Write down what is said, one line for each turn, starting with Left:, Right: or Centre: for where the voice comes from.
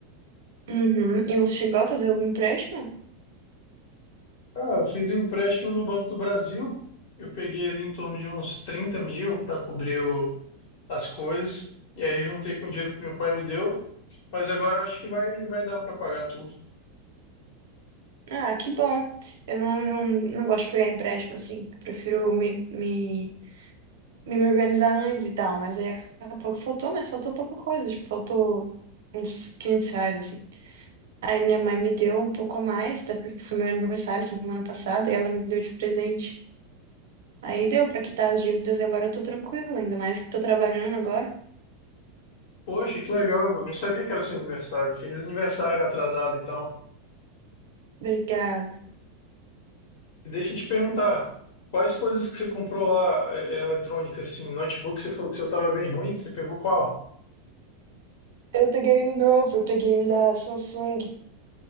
Right: Uhum. E você chegou a fazer algum empréstimo?
Left: Ah, eu fiz um empréstimo no Banco do Brasil. Eu peguei ali em torno de uns trinta mil para cobrir o- as coisas. E aí juntei com o dinheiro que meu pai me deu. Mas agora eu acho que vai, vai dar para pagar tudo.
Right: Ah, que bom. Eu não, não, não gosto de pegar empréstimo assim. Eu prefiro me, me, me organizar antes e tal. Mas aí acabou pouco faltou, mas faltou pouca coisa. Tipo, faltou uns 500 reais assim. Aí minha mãe me deu um pouco a mais, até porque foi meu aniversário semana passada e ela me deu de presente. Aí deu pra quitar as dívidas e agora eu tô tranquila, ainda mais que tô trabalhando agora.
Left: Poxa, que legal. Eu não sabia que era seu aniversário. Feliz aniversário atrasado, então.
Right: Obrigada.
Left: E deixa eu te perguntar, quais coisas que você comprou lá, é, é, eletrônica, assim, notebook, você falou que o seu estava bem ruim. Você pegou qual?
Right: Eu peguei um novo, eu peguei um da Samsung.